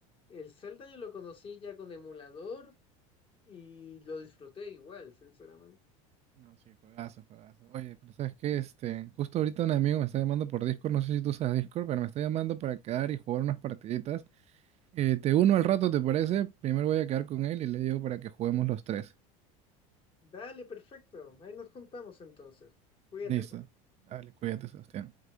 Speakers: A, on the left (about 35°); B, on the right (about 40°).
A: El Zelda yo lo conocí ya con emulador y lo disfruté igual, sinceramente.
B: No, sí, juegazo, juegazo. Oye, pero ¿sabes qué? Este, justo ahorita un amigo me está llamando por Discord, no sé si tú usas Discord, pero me está llamando para quedar y jugar unas partiditas. Eh, te uno al rato, ¿te parece? Primero voy a quedar con él y le digo para que juguemos los tres.
A: Dale, perfecto. Ahí nos juntamos entonces. Cuídate,
B: Listo.
A: Juan.
B: Dale, cuídate, Sebastián.